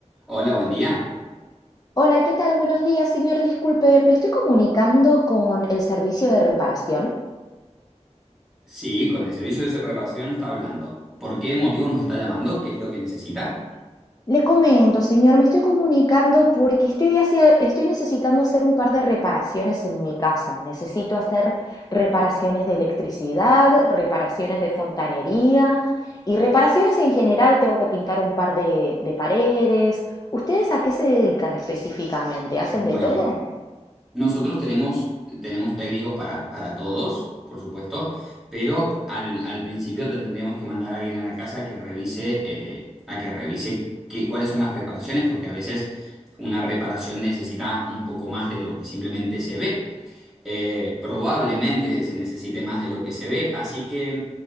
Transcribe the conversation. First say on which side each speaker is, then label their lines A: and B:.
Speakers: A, in the centre; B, on the left.
A: Hola, buen día.
B: Hola, ¿qué tal? Buenos días, señor. Disculpe, me estoy comunicando con el servicio de reparación.
A: Sí, con el servicio de reparación está hablando. ¿Por qué motivo nos está llamando? ¿Qué es lo que necesita?
B: Le comento, señor, me estoy comunicando porque estoy, hacia- estoy necesitando hacer un par de reparaciones en mi casa. Necesito hacer reparaciones de electricidad, reparaciones de fontanería y reparaciones en general. Tengo que pintar un par de, de paredes. ¿Ustedes a qué se dedican específicamente?
A: Bueno,
B: ¿Hacen de todo?
A: nosotros tenemos, tenemos técnicos para, para todos, por supuesto, pero al, al principio te tendríamos que mandar a alguien a la casa que revise, eh, a que revise qué- cuáles son las reparaciones, porque a veces una reparación necesita un poco más de lo que simplemente se ve. eh, probablemente se necesite más de lo que se ve, así que,